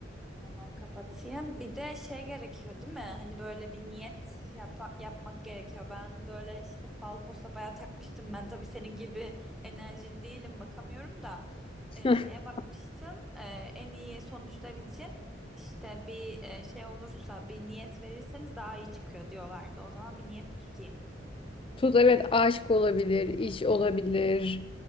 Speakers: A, in the centre; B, on the left.
A: Tamam kapatayım. Bir de şey gerekiyor değil mi? Hani böyle bir niyet yapa- yapmak gerekiyor. Ben böyle işte Falcons'la bayağı takmıştım. Ben tabii senin gibi enerjili değilim bakamıyorum da.
B: <laughs>
A: Ee, şeye bakmıştım. Ee, en iyi sonuçlar için işte bir e, şey olursa bir niyet verirseniz daha iyi çıkıyor diyorlardı. O zaman bir niyet tutayım.
B: Tut evet aşk olabilir, iş olabilir,